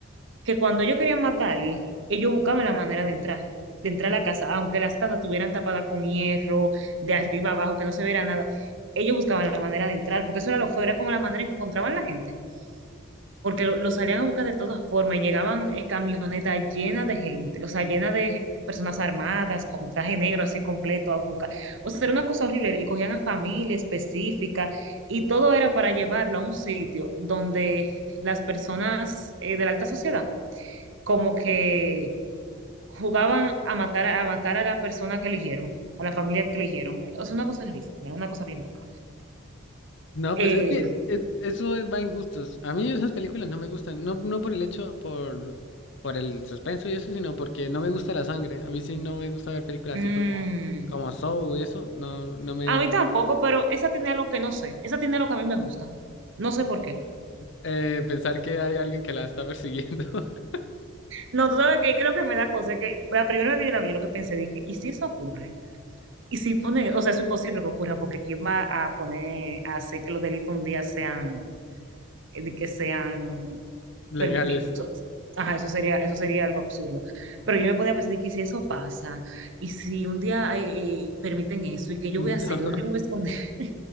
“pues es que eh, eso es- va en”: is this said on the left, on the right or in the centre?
Left